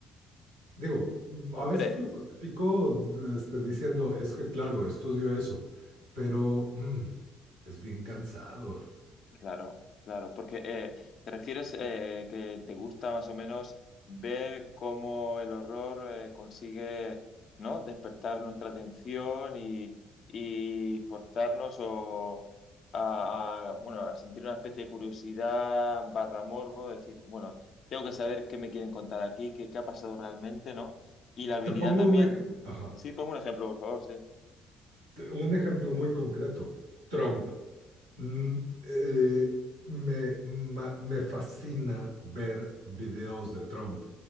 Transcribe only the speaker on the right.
digo,
a veces lo justifico este, diciendo, es que claro, estudio eso, pero mm, es bien cansado.
Te pongo
un, ej- ajá,
te- un ejemplo muy concreto. Trump. Mm, eh, me, ma- me fascina ver videos de Trump,